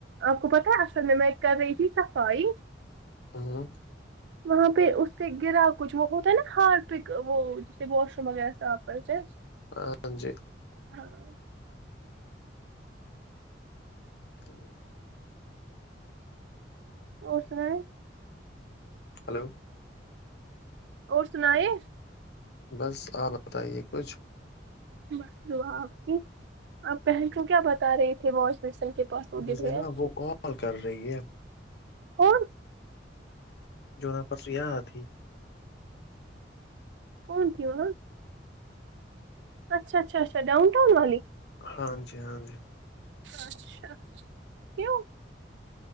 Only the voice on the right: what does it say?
آپ کو پتا ہے اصر میں ایک کر رہی تھی صفا ہے
وہاں پہ اس پہ گرا کچھ وہ ہوتا ہے نا ہار پہ وہ جیسے واش روم وغیرہ صاف کرتے ہیں
<inaudible>
اور سنائیں
اور سنا ہے
بس دعا آپ کی آپ پہل کیوں کیا بتا رہے تھے بوش مرسن کے پاس وہ
گر گیا
کون
کون تھ آ اچھا اچھا اچھا ڈاؤنٹاؤن والی
اچھا کیوں